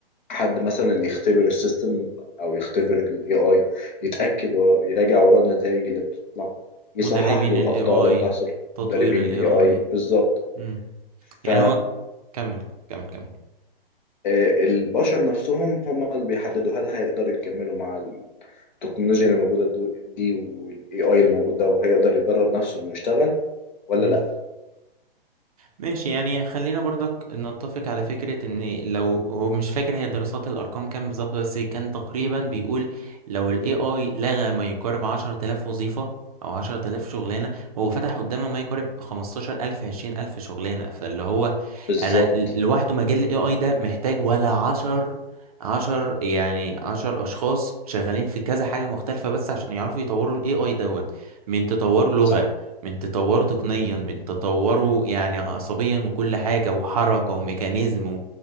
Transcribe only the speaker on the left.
حد مثلا يختبر السيستم أو يختبر ال AI يتأكد ويراجع وراه النتائج اللي بتطلع يصحح
له
الأخطاء
اللي بتحصل
مدربين
ال AI بالظبط
ف
آه، البشر نفسهم هم اللي بيحددوا هل هيقدروا يكملوا مع التكنولوجيا اللي موجودة دو- دي والاي اي اللي موجود ده وهيقدر يدرب نفسه انه يشتغل ولا
لا
بالظبط
صح